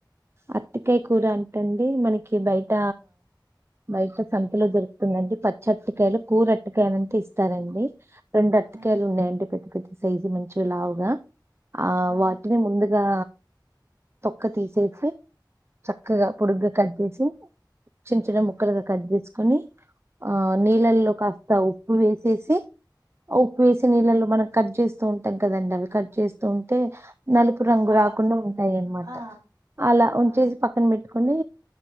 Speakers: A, on the right; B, on the right.
A: అరటికాయ కూర అంటె అండి మనకి బయట బయట సంతలో దరుకుతుందండి చెట్టుకాయలు కూర అటికాయలు అంటె ఇస్తారండి రెండు అరటికాయలు
B: మ్
A: ఉన్నాయండి పెద్ద పెద్ సైజు మంచి లావుగా ఆ
B: మ్
A: వాటిని ముందుగా తొక్క తీసేసి చక్కగా పొడుగ్గా కట్ చేసి చించిన
B: మ్
A: ముక్కలుగా కట్ చేసుకొని ఆ నీళ్ళల్లో
B: మ్
A: కాస్త ఉప్పు వేసేసి ఉప్పు వేసి నీళ్ళలో మనం కట్ చేస్తూ ఉంటాం కదండి అవి కట్ చేస్తూ ఉంటే నలుపు రంగు
B: నల్లప్పుడు
A: రాకుండా ఉంటాయి అనమాట
B: ఆ
A: అలా ఉంచేసి
B: ఆ
A: పక్కన పెట్టుకుని